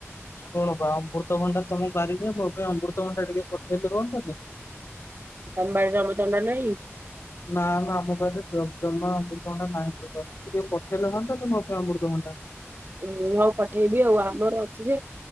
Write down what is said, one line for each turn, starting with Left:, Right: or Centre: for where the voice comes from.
Left: ଶୁଣୁବା ଅମୃତଭଣ୍ଡା ତମ ବାରିରେ ମୋ ପାଇଁ ଅମୃତଭଣ୍ଡା ଟିକେ ପଠେଇଲେ ହୁଅନ୍ତାନି।
Right: ତମବାରିରେ ଅମୃତଭଣ୍ଡା ନାହିଁ।
Left: ନା ନା ଆମ ପାଖରେ ଏ ଜମା ଅମୃତଭଣ୍ଡା ନାହିଁ ଟୋଟାଲ୍। ତୁ ଟିକେ ପଠେଇଲେ ହୁଅନ୍ତାନି ମୋ ପାଇଁ ଅମୃତଭଣ୍ଡା।
Right: ମୁଁ ଆଉ ପଠେଇବି ଆଉ ଆମର ଅଛି ଯେ।